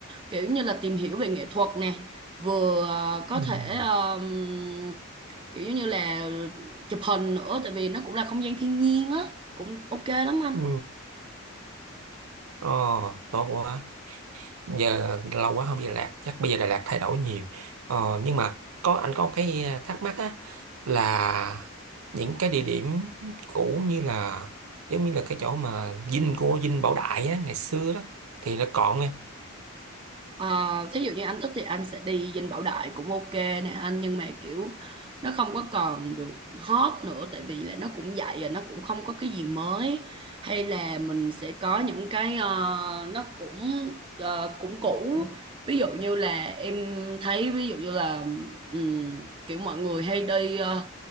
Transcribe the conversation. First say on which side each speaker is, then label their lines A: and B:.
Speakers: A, on the right; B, on the right.
A: kiểu như là tìm hiểu về nghệ thuật nè vừa ờ, có thể
B: Ừ.
A: ờm, kiểu như là chụp hình nữa tại vì nó cũng là không gian thiên nhiên á cũng ok lắm anh
B: Ừ. Ờ, tốt quá. Giờ lâu quá không đi Đà Lạt, chắc bây giờ Đà Lạt thay đổi nhiều. Ờ, nhưng mà có anh có một cái ờ, thắc mắc á là những cái địa điểm cũ như là giống như là cái chỗ mà dinh của dinh Bảo Đại á ngày xưa đó thì nó còn em.
A: Ờ, thí dụ như anh thích thì anh sẽ đi Dinh Bảo Đại cũng ok nè anh nhưng mà kiểu nó không có còn được hot nữa tại vì là nó cũng vậy rồi nó cũng không có cái gì mới hay là mình sẽ có những cái ờ, nó cũng ờ, cũng cũ ví dụ như là em thấy ví dụ như là ừm, kiểu mọi người hay đi ờ,